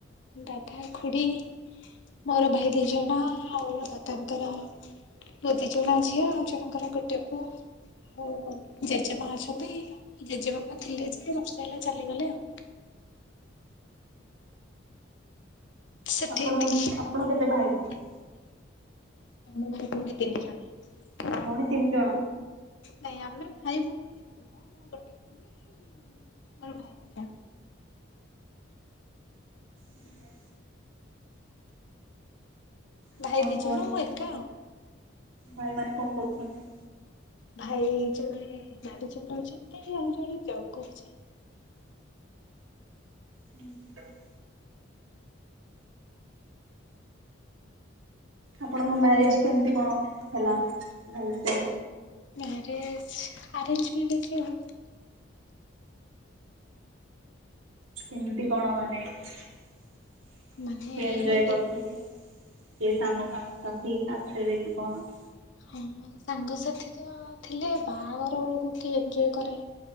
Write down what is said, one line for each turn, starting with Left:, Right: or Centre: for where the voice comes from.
Left: ଦାଦା, ଖୁଡି। ମୋର ଭାଇ ଦି ଜଣ ଆଉ ଦାଦାଙ୍କର ବୁ ଦି ଜଣ ଝିଅ ଆଉ ଜଣଙ୍କର ଗୋଟେ ପୁଅ। ଓ ଜେଜେମା ଅଛନ୍ତି ଜେଜେବାପା ଥିଲେ ଯେ ବର୍ଷେ ହେଲା ଚାଲିଗଲେ ଆଉ। ସେଠି
Right: ଆପଣ
Left: ଏତିକି।
Right: ଆପଣ କେତେ ଭାଇ ଭଉଣୀ?
Left: ମୁଁ ପୁଣି ତିନି ଜଣ।
Right: ଭଉଣୀ ତିନି ଜଣ।
Left: ନାଇଁ ଆମେ ଭାଇ ଭଉଣୀ କେତେ ଜଣ? ଗୋଟେ ଭଉଣୀ। ମୋର ଭାଇ। <unintelligible>
Right: ହୁଁ। ଆଉ
Left: ଭାଇ
Right: କଣ
Left: ଦି
Right: କୁହନ୍ତୁ
Left: ଜଣ ମୁଁ ଏକା ଆଉ।
Right: ଭାଇ ମାନେ କଣ କରୁଛନ୍ତି?
Left: ଭାଇ ଜଣେ ଗାଡ଼ି ଚଲଉଛନ୍ତି। ଆଉ ଜଣେ ଜଗୁଛନ୍ତି।
Right: ଉଁ ହୁଁ। ଆପଣଙ୍କ ମ୍ୟାରେଜ କେମିତି କଣ ହେଲା ଭଲସ?
Left: ମ୍ୟାରେଜ ଆରେଞଜ୍ ମ୍ୟାରେଜ୍ ଆଉ।
Right: କେମିତି କଣ ମାନେ କେତେ
Left: ମାନେ
Right: ଏଞଜୟ କରିଥିବେ?
Left: ଏ
Right: ସେ ସାଙ୍ଗ ସାଙ୍ଗସାଥି ଆସ କିି କଣ?
Left: ହଁ ସାଙ୍ଗସାଥି ତ ଥିଲେ ବାହାଘର ବେଳକୁ କିଏ ଏନ୍ଜୟ କରେ?